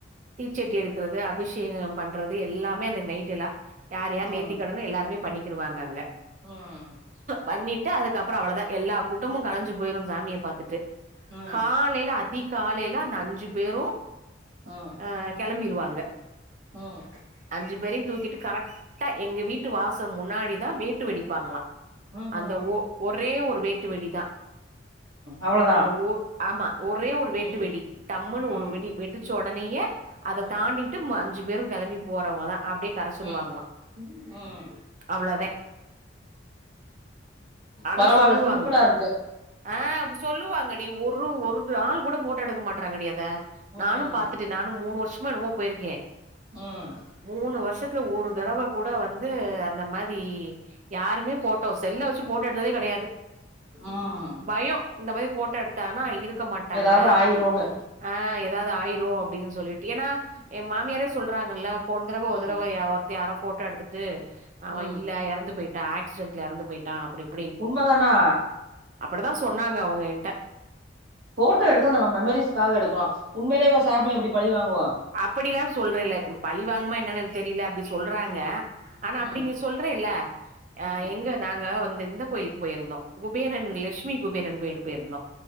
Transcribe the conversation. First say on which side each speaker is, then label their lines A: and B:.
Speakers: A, on the right; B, on the right.
A: தீச்சட்டி எடுக்கறது அபிஷேக பண்றது எல்லாமே அந்த நைட்டு எல்லா யார் யார்
B: ம்
A: நேத்தி கடனோ எல்லாருமே பண்ணி க்கிருவாங்க அங்க
B: ம்
A: பண்ணி ட்டு அதுக்கப்றோ அவளதா எல்லா கூட்டமு கலஞ்சு போயிறோ சாமிய பாத்துட்டு
B: ம்
A: காலையில அதிகாலைல தா அந்த அஞ்சு பேரு
B: ம்
A: ஆ கிளம் பிருவாங்க
B: ம்
A: அஞ்சு பேரயு தூக்கிட்டு கரெக்டா எங்க வீட்டு வாச முன்னாடிதா வேட்டு வெடிப்பாங்களா
B: ம் ம்
A: அந்த ஒ ஒரே ஒரு வேட்டு வெடிதா
B: அவ்ளோதா
A: அந்த ஒ ஆமா ஒரே ஒரு வேட்டு
B: ம்
A: வெடி தம்முன்னு
B: ம்
A: ஒரு வெடி வெடிச்சு தோ உடனேய அத
B: ம்
A: தாண்டிட்டு ம அஞ்சு பெரும் கிளம்பி போறவங்க தா அப்படியே கரைச்சிடுவாங்களா
B: ம் ம்
A: அவ்வளோதா ஆனா
B: பரவால்ல
A: சொல்லுவாங்க
B: சிம்பிளா இருக்கு
A: ஆ சொல்லுவாங்க டி ஒரு ஒரு ஆள் கூட போட்டோ எடுக்க மாட்டறாங்கடி அத நானும்
B: ம்
A: பாத்துட்டே நானும் மூனு வருஷம் வொர்க் பண்ணும்போது போயிருக்கே
B: ம்
A: மூனு வருஷத்ல ஒரு தடவ கூட வந்து அந்த மாரி யாருமே போட்டோஸ் செல்ல வச்சு போட்ட எடுக்கறதே கெடயாது
B: ம்
A: பயோ இந்த மாரி போட்டோ எடுத்தாங்கன்னா இருக்கு இருக்க மாட்டாங்க
B: ஏதாவது ஆயிருன்னு
A: ஆ ஏதாவது ஆயிரு அப்படின்னு சொல்லிட்டு ஏன்னா ஏ மாமியாரே சொல்றாங்கல்ல போன தடவ
B: ம்
A: ஒரு தடவ யாரோ போட்டோ எடுத்துட்டு அவ
B: ம்
A: இல்ல எறந்து போயிட்டு ஆக்சிடென்ட்ல எறந்து போயிட்டா அப் இப்டி
B: உண்மதானா
A: அப்டிதா சொன்னாங்க அவுங்க ஏன்ட்ட
B: போட்டோ எடுத்தா நம்ம மெமரி்ஸ்காக எடுக்குறோ உண்மையிலேவா சாமி அப்டி பழி வாங்கு
A: அப்டி எல்லா சொல்றேல்ல பழி வாங்குமா என்னன தெரியல அப்டினு சொல்றாங்க
B: ம்
A: ஆனா அப்டி
B: ம்
A: நீ சொல்றேல்ல
B: ம்
A: எங்க நாங்க வந்து இந்த கோயிலுக்கு போயிருந்தோ குபேரன் லட்சுமி குபேரன் கோயிலுக்கு போயிருந்தோ